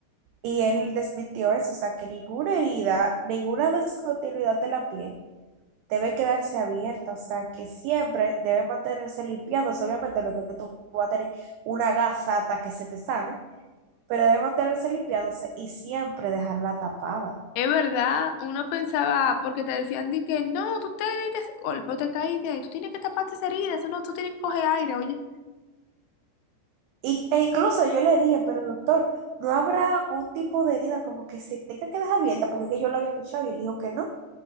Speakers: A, on the right; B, on the left.
A: Y él desmintió eso, o sea, que ninguna herida, ninguna descontinuidad de la piel debe quedarse abierta, o sea, que siempre debe mantenerse limpiándose, obviamente lo que tú vas a tener una gasa hasta que se te sane, pero debe mantenerse limpiándose y siempre dejarla tapada.
B: Es verdad, uno pensaba, porque te decían de que no, tú te diste ese golpe o te caíste ahí, tú tienes que taparte esa herida, eso no, tú tienes que coger aire, oye.
A: Y, e incluso yo le dije, pero doctor, ¿no habrá un tipo de herida como que se tenga que dejar abierta? Porque es que yo lo había escuchado y él dijo que no,